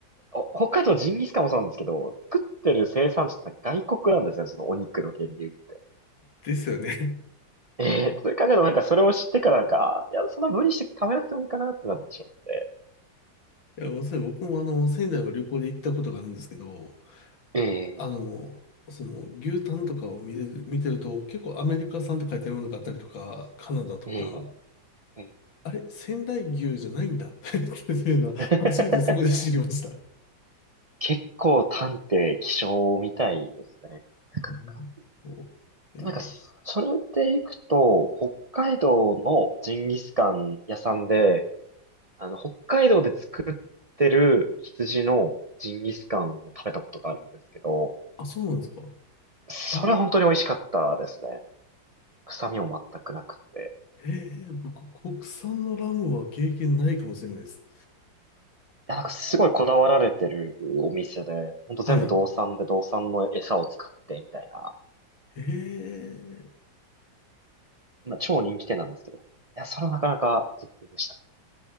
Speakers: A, on the right (about 70°); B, on the left (about 85°).
A: う。お北海道ジンギスカンもそうなんですけど、作ってる生産地ってなんか外国なんですね、そのお肉の源流って。
B: ですよね。
A: ええそれ考えるとなんかそれを知ってからなんか、あいや、そんな無理して食べなくてもいいかなってなってしまって。
B: いや、まさ僕もあの、仙台を旅行で行ったことがあるんですけど、
A: ええ
B: あの、その、牛タンとかを見てる、見てると、結構アメリカ産って書いてあるものがあったりとか、カナダとか、
A: ええええ
B: あれ、仙台牛じゃないんだ <laughs> っていうのは、
A: <laughs>
B: 初めてそこで知りました。
A: 結構探偵、気象みたいですね。なかなか。
B: うんそういい
A: で、なんか、それで行くと、北海道のジンギスカン屋さんで、あの、北海道で作ってる羊のジンギスカンを食べたことがあるんですけど、
B: あ、そうなんですか
A: それは本当に美味しかったですね。
B: えー、
A: 臭みも全くなくて。
B: えー、僕、国産のラムは経験ないかもしれないです。
A: いや、なんかすごいこだわられてるお店で、ほんと全部道産で道産の餌を使ってみたいな、
B: はい。ええ
A: まあ、超人気店なんですけど、いや、それはなかなか絶品でした。